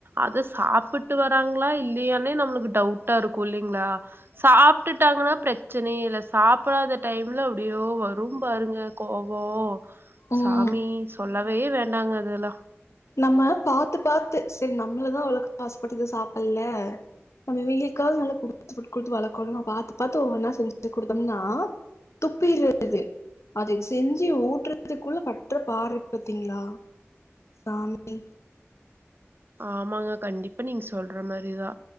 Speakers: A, on the right; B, on the left.
A: அத சாப்பிட்டு வராங்களா இல்லையானே நம்மளுக்கு டவுட்டா இருக்கு இல்லங் ல்லீங்களா சாப்ட்டுட்டாங்கன்னா பிரச்சனையே இல்ல சாப்டாத டைம்ல அப்டியோ வரும் பாருங்க ங்க கோவோ
B: ம்
A: சாமி சொல்லவே வேண்டாங்க அதெல்லா
B: நம்ம பாத்து பாத்து சரி நம்மளதா அவ்ளோவுக்கு ஆசப்பட்டத சாப்பல்ல நம்ம இவிங்களுக்காது நல்ல குடுத்து குடுத்து வளக்கணும் பாத்து பாத்து ஒவ்வொன்னா செஞ்சுக் குடுத்தோம்னா துப்பிர்றது அதுக்கு செஞ்சு ஊட்டுறதுக்குள்ள பற்ற பாரு இருக்கு பாத்தீங்களா சாமி
A: ஆமாங்க கண்டிப்பா நீங்க சொல்ற மாரிதா